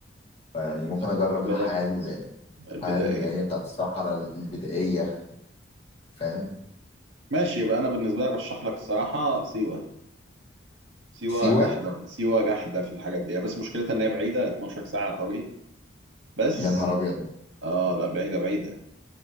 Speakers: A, on the left; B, on the right.
A: فيعني ممكن
B: بالنسبه
A: اجرب الحياه
B: لك
A: ال- الحياه
B: البدائيه
A: اللي هي بتاعت الصحراء البدائيه فاهم
B: ماشي يبقى انا بالنسبه لك ارشح لك الصراحه سيوه سيوه
A: سيوه
B: جحده سيوه جحده في الحاجات دي بس مشكلتها ان هي بعيده 12 ساعه طريق بس
A: يا نهار ابيض
B: اه لا بعيده بعيده